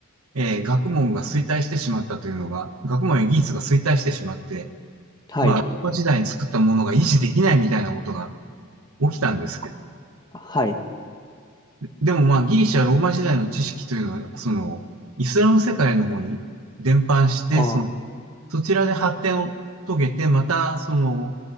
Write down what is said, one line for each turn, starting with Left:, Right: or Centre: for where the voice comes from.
Right: えー学問が衰退してしまったというのが、学問や技術が衰退してしまって、
Left: はい。
Right: まあ、ローマ時代に作ったものが維持できないみたいなことが起きたんですけど、
Left: あ。はい。
Right: でもまあ、ギリシャ、ローマ時代の知識というのは、その、イスラム世界の方に伝播して、
Left: ああ。
Right: そのそちらで発展を遂げて、また、その、